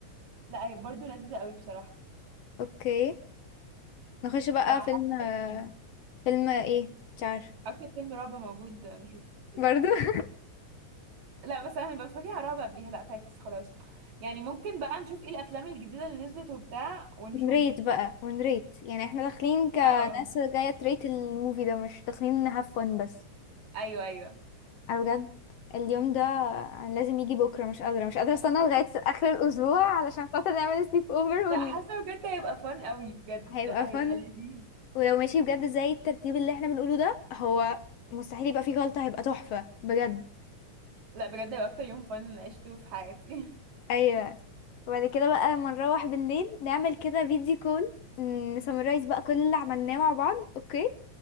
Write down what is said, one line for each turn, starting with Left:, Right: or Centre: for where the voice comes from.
Right: لا هي برضه لذيذه قوي بصراحه
Left: اوكي نخش بقى
Right: فحاسه
Left: فيلم آه،
Right: مم.
Left: فيلم ايه مش عارفه
Right: اكتر فيلم رعب موجود نشوفه
Left: برضو <laughs>
Right: لا بس انا ببقى بتفرج على رعب قبليها لا فاكس خلاص يعني ممكن بقى نشوف ايه الافلام الجديده اللي نزلت وبتاع ونشوف
Left: نريت بقى ونريت يعني احنا داخلين كناس
Right: اه آه.
Left: جاية تريت الموفي ده مش داخلين نهاف فن بس
Right: ايوه ايوه
Left: انا بجد اليوم ده انا لازم يجي بكره مش قادره مش قادره استنى لغايه اخر الاسبوع علشان خاطر نعمل سليب اوفر وال...
Right: لا حاسه بجد هيبقى فن قوي بجد
Left: هيبقى
Right: لا
Left: فن
Right: هيبقى لذيذ
Left: ولو ماشي بجد زي الترتيب اللي احنا بنقوله ده هو مستحيل يبقى فيه غلطه هيبقى تحفه بجد
Right: لا بجد هيبقى اكتر يوم فن عشته في حياتي
Left: ايوه وبعد كده بقى لما نروح بالليل نعمل كده فيديو كول نسمرايز بقى كل اللي عملناه مع بعض اوكي